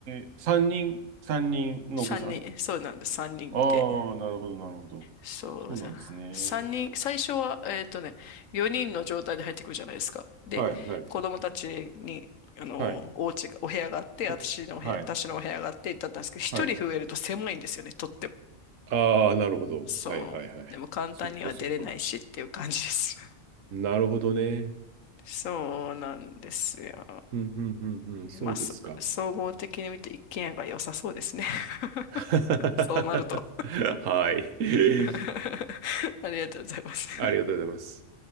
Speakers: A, on the right; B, on the left.
A: え、三人、三人のお子さん
B: 三人、そうなんです、三人いて。
A: ああ、なるほど、なるほど。
B: そうだな。
A: そうなんですね。
B: 三人、最初は、えっとね、4人の状態で入ってくるじゃないですか。で、
A: はい、はい、
B: 子供たちに、あの、
A: はい。
B: お家が、お部屋があって、
A: うんはい、
B: 私のお部屋、私のお部屋があって、だったんですけど、一人増えると狭いんですよね、
A: はい。
B: とっても。
A: ああ、なるほど。
B: そう。
A: はい、はい、はい。
B: でも簡単には出れないしっていう感じです。
A: そっか、そっか。
B: <laughs>
A: なるほどね。
B: そうなんですよ。
A: うん、うん、うん、うん、そうですか。
B: まあ、そ総合的に見て一軒家が良さそうですね。
A: <laughs>
B: <laughs> そうなると。
A: はい。
B: <laughs> ありがとうございます。
A: <laughs> ありがとうございます。